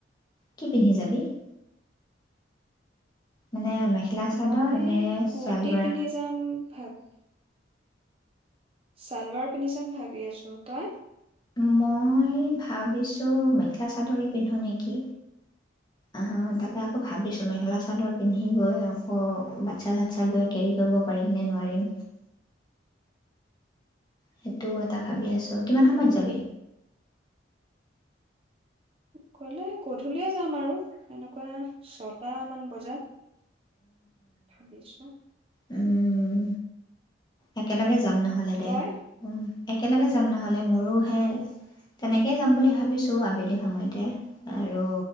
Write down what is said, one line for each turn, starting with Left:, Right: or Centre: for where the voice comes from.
Left: কি পিন্ধি যাবি <inaudible> মানে মেখেলা চাদৰ
Right: মই
Left: নে
Right: কুৰ্্তি
Left: চেলৱাৰ
Right: পিন্ধি যাম <unintelligible> ভাৱ, ছালৱাৰ পিন্ধি চাম ভাবি আছো, তই?
Left: মই ভাবিছো, মেখেলা চাদৰে পিন্ধো নেকি অ তাকে আকৌ ভাবিছো মেখেলা চাদৰ পিন্ধি গৈ আকৌ বাচ্ছা চচ্ছা লৈ কেৰি কৰিব পাৰিম নে নোৱাৰিম। সেইটোও এটা ভাবি আছো। ত' কিমান সময়ত
Right: উম
Left: যাবি।
Right: গ'লে গধূলিয়ে যাম আৰু এনেকুৱা ছটা মান বজাত, ভাবিছো।
Left: উম একেলগে যাম নহ'লে দে
Right: তই?
Left: উম। একেলগে যাম নহ'লে মইয়ো সে তেনেকেই যাম বুলি ভাবিছো আবেলি সময়তে আৰু